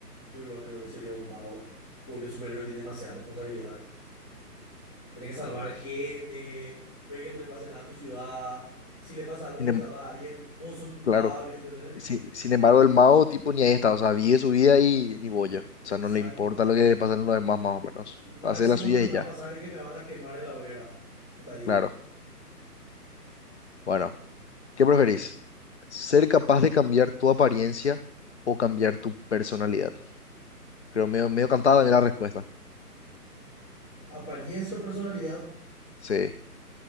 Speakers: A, on the left (about 25°); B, on the left (about 45°).
A: yo igual creo que sería un mago, porque el superhéroe tiene demasiadas responsabilidades. Tienes que salvar
B: Mm.
A: gente, ver que no le pase nada a tu ciudad. Si le pasa algo
B: Sin
A: y no le
B: em-
A: salva a alguien, vos sos culpable,
B: claro.
A: ¿entendés?
B: Sin, sin embargo, el mago, tipo, ni ahí está. O sea, vive su vida y ni boya. O sea,
A: Exacto.
B: no le importa lo que le pasa a los demás, más o menos. Hace
A: Máximo
B: la suya
A: lo que me
B: y ya.
A: va a pasar es que me van a quemar en la hoguera. Hasta ahí.
B: Claro. Bueno, ¿qué preferís? ¿Ser capaz de cambiar tu apariencia o cambiar tu personalidad? Creo medio, medio cantada también la respuesta.
A: Apariencia o personalidad.
B: Sí,